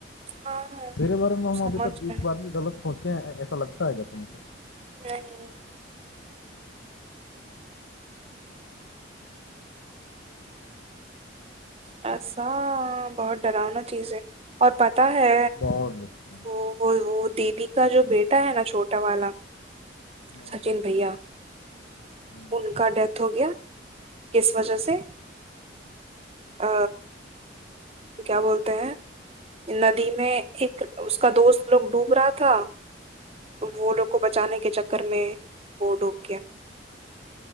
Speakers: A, on the right (about 30°); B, on the left (about 85°).
A: हाँ
B: मेर बारेमे मे हम
A: समझ
B: अभी तक एक
A: रहे हैं।
B: बार भी गलत पहुँचे है ऐसा लगता है क्या तुम
A: नहि ऐसा बहुत डरावना चीजै आओर प ता है
B: बहुत बच्चा
A: ओ देवी का जो बेटा है न छोटा वाला
B: हाँ
A: सचिन भैया
B: हम्म,
A: उनका देथ हो गया किस वजह से अ क्या बोलते हैं नदीमे एक उसका दोस्त लोग डूब रहा था वोलो को बचाने के चक्करमें वो डूब गया